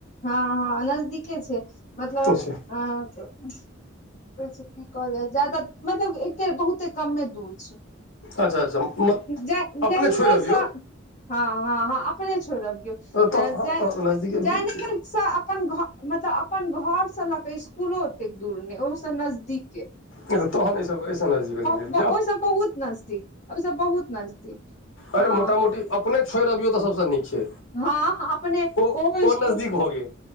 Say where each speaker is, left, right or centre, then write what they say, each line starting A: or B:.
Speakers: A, on the left (about 35°); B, on the left (about 75°).
A: हँ नजदीके छै मतलब
B: अच्छा
A: अ कहै छै की ज्यदा मतलब एके बहुते कमे दूर छै
B: अच्छा अच्छा म
A: जयनगर
B: अपने छोड़ि अबियौ
A: सँ हँ हँ हँ अपने छोड़बियौ अ
B: तऽ हँ
A: ज
B: तऽ नजदीके भेलै
A: जयनगरसँ
B: की।
A: अपन घर मतलब अपन घर से लऽ के स्कूलो ओतेक दूर ने ओह से नजदीके
B: त तहन एसय
A: ब- ब- ओहिसँ बहुत नजदीक ओहिसँ बहुत नजदीक
B: अरे
A: हँ
B: मोटा मोटी अपने छोड़ि अबियौ तऽ सभसँ नीक छै
A: हँ अपने
B: ओ
A: ओहो
B: ओ
A: स्कूल
B: नजदीक भऽ गेल